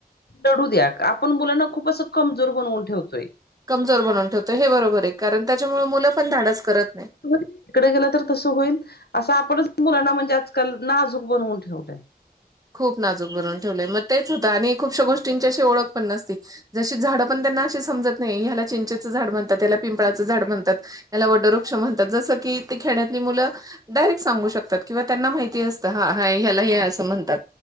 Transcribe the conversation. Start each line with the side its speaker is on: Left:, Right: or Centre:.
Left: लढू द्या आपण मुलांना खूप असं कमजोर बनवून ठेवतोय.
Right: कमजोर बनवून ठेवतो हे बरोबर आहे कारण त्याच्यामुळे मुलं पण धाडस करत नाही.
Left: इकडे गेलं तर तसं होईल असं आपणच मुलांना म्हणजे आजकाल नाजूक बनवून ठेवलंय.
Right: खूप नाजूक बनवून ठेवलेय मग तेच होत आणि खूपश्या गोष्टींची अशी ओळख पण नसती जशी झाडं पण त्यांना अशी समजत नाही ह्याला चिंचेचं झाड म्हणतात याला पिंपळाचं झाड म्हणतात. त्याला वडवृक्ष म्हणतात जसं की ते खेणड्यातली मुलं डायरेक्ट सांगू शकतात किंवा त्यांना माहिती असतं हा हा ह्यालाही असं म्हणतात.